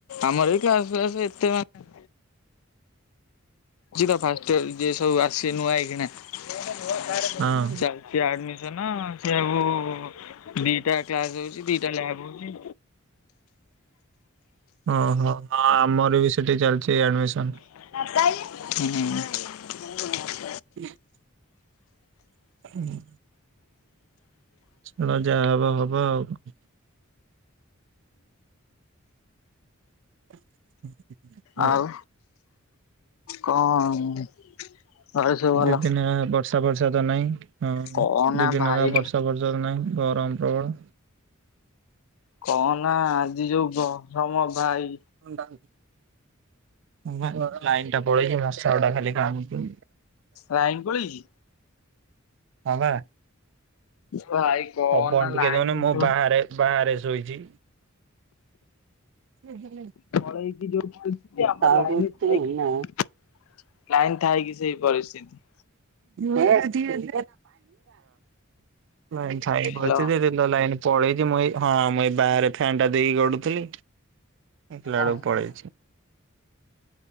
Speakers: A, on the left; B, on the right.
A: ଆମର ଏଇ କ୍ଲାସ୍ ଫ୍ଲାସ ଏତେ ମାନେ ଯିବା ଫାଷ୍ଟ ଇଅର୍ ଯିଏ ସବୁ ଆସିବେ ନୂଆ ଏକ୍ଷିଣା। ଚାଲଚି
B: ହଁ।
A: ଆଡମିସନ୍, ସେୟାକୁ ଦିଟା କ୍ଲାସ୍ ହଉଚି। ଦି ଯାହା ଲାଗୁଚି
B: ଓହୋ, ହଁ ଆମର ବି ସେଠି ଚାଲିଛି ଏଡମିସନ୍।
A: ହୁଁ।
B: <inaudible> <unintelligible> ଛାଡ଼ ଯାହା ହବ ହବ ଆଉ। <inaudible> ହଉ
A: ଆଉ କଣ? ଘରେ ସବୁ ଭଲ?
B: ଦିଦିନ ହେଲା ବର୍ଷା ବର୍ଷା ତ ନାହିଁ। ହଁ
A: କହନା
B: ଦି ଦିନ
A: ଭାଇ
B: ହେଲା ବର୍ଷା ଫର୍ଷା ତ ନାହିଁ ଗରମ ପ୍ରବଳ।
A: କହ ନା ଆଜି ଯୋଉ ଗରମ ଭାଇ।
B: ଥଣ୍ଡା ହଉଚୁ। ଭାଇ ମୋର ଲାଇନ୍ ଟା ପଳେଇଚି, ମଶାଗୁଡା ଖାଲି କାମୁଡୁଚୁ।
A: ଲାଇନ୍ ପଳେଇଚି?
B: ହଁ ପା।
A: ଭାଇ କହନା
B: ପବନ ଟିକେ
A: ଲାଇନ
B: ଦଉନି, ମୁଁ
A: ତ
B: ବାହାରେ ବାହାରେ ଶୋଇଛି। ହୁଁ, ହୁଁ।
A: ପଳେଇଚି ଯୋଉ ପରିସ୍ଥିତି, ଆମର
B: ଥାଇ
A: ଲାଇନ୍
B: ପଡିଥିଲି
A: ଥାଇକି ଲାଇନ୍ ଥାଇ କିି ସେଇ ପରିସ୍ଥିତି।
B: ହଁ। ଲାଇନ୍ ଥାଇ
A: ହ୍ୟାଲୋ
B: ଭୋଲ୍ଟେଜ ଯେ ଗ ଲାଇନ ପଳେଇଛି ମୁ ଏଇ, ହଁ ମୁ ଏଇ ବାହାରେ ଫ୍ୟାନଟା ଦେଇକି ପଡ଼ୁଥିଲି। ଆସିଲାବେଳକୁ
A: ଓହୋ
B: ପଳେଇଛି।